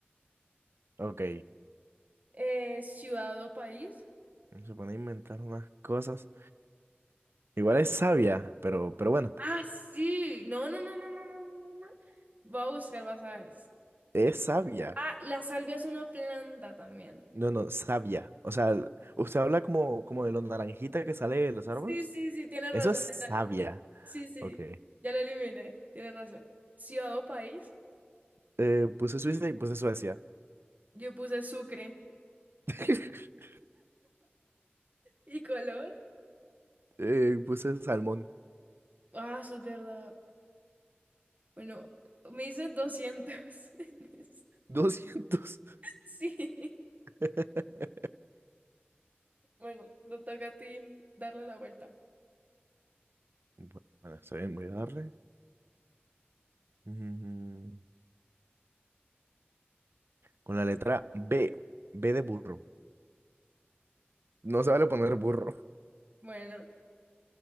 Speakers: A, on the right; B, on the right.
A: Ok.
B: Eh, ciudad o país.
A: Se pone a inventar unas cosas. Igual es sabia, pero, pero bueno,
B: Ah, sí. No, no, no, no, no, no, no. no, no. Voy a buscar, vas a ver.
A: es sabia.
B: Ah, la salvia es una planta también.
A: No, no, savia. O sea, usted habla como, como de los naranjitas que sale de los árboles.
B: Sí, sí, sí, tienes
A: Eso
B: razón.
A: es savia.
B: Sí, sí.
A: Ok.
B: Ya lo eliminé. Tienes razón. Ciudad o país.
A: Eh, puse Suiza y puse Suecia.
B: Yo puse Sucre.
A: <laughs>
B: ¿Y color?
A: Eh, puse salmón.
B: Ah, eso es verdad. Bueno, me hice 200 <laughs> en esta.
A: doscientos
B: Sí.
A: <laughs>
B: Bueno, te toca a ti darle la vuelta.
A: Bueno, está bien, voy a darle. Mm, Con la letra B. B de burro. No se vale poner burro.
B: Bueno.